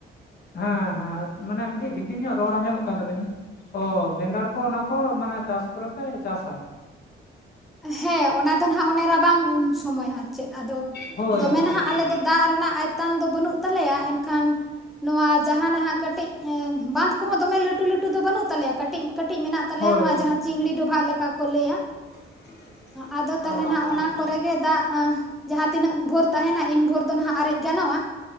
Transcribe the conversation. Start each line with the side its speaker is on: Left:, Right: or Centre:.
Left: ᱦᱮᱸ ᱦᱮᱸ ᱢᱟᱱᱮ ᱠᱟᱹᱴᱤᱡ ᱵᱷᱤᱛᱤᱨ ᱧᱚᱜ ᱨᱚᱲ ᱟᱸᱡᱚᱢᱚᱜ ᱠᱟᱱ ᱛᱟᱵᱤᱱᱟ᱾ ᱚ ᱵᱮᱸᱜᱟᱲ ᱠᱚ ᱚᱱᱟ ᱠᱚ ᱢᱟᱱᱮ ᱪᱟᱥ ᱯᱚᱨᱮ ᱯᱮ ᱪᱟᱥᱟ?
Centre: ᱦᱮᱸ ᱚᱱᱟ ᱫᱚ ᱱᱦᱟᱸᱜ ᱚᱱᱮ ᱨᱟᱵᱟᱝ ᱥᱚᱢᱚᱭ ᱦᱟᱜ᱾ ᱪᱮᱫ ᱟᱫᱚ
Left: ᱦᱳᱭ
Centre: ᱫᱚᱢᱮ
Left: ᱦᱳᱭ
Centre: ᱱᱟᱦᱟᱜ ᱟᱞᱮ ᱫᱚ ᱫᱟᱜ ᱨᱮᱱᱟᱜ ᱟᱭᱛᱟᱱ ᱫᱚ ᱵᱟᱹᱱᱩᱜ᱾ ᱛᱟᱞᱮᱭᱟ ᱮᱱᱠᱷᱟᱱ ᱱᱚᱣᱟ ᱡᱟᱦᱟᱸ ᱱᱟᱦᱟᱜ ᱠᱟᱹᱴᱤᱡ ᱮᱸᱵᱟᱸᱫᱷ ᱠᱚᱦᱚᱸ ᱫᱚᱢᱮ ᱞᱟᱹᱴᱩ ᱞᱟᱹᱴᱩ ᱫᱚ ᱵᱟᱹᱱᱩᱜ ᱛᱟᱞᱮᱭᱟ ᱠᱟᱹᱴᱤᱡ ᱠᱟᱹᱴᱤᱡ ᱢᱮᱱᱟᱜ ᱛᱟᱞᱮᱭᱟ
Left: ᱦᱳᱭ
Centre: ᱱᱚᱣᱟ
Left: ᱦᱳᱭ
Centre: ᱡᱟᱦᱟᱸ ᱪᱤᱝᱲᱤ ᱰᱚᱵᱷᱟᱜ ᱞᱮᱠᱟ᱾ ᱠᱚ ᱞᱟᱹᱭ-ᱟ᱾
Left: <unintelligible>
Centre: ᱟᱫᱚ ᱛᱟᱦᱚᱞᱮ
Left: ᱦᱮᱸ
Centre: ᱱᱟᱜ ᱚᱱᱟ ᱠᱚᱨᱮᱜ ᱜᱮ ᱫᱟᱜ ᱡᱟᱦᱟᱸ ᱛᱤᱱᱟᱹᱜ ᱵᱷᱳᱨ ᱛᱟᱦᱮᱱᱟ ᱤᱱ ᱵᱷᱳᱨ ᱫᱚ ᱱᱟᱦᱟᱜ ᱟᱨᱮᱡ ᱜᱟᱱᱚᱜ-ᱟ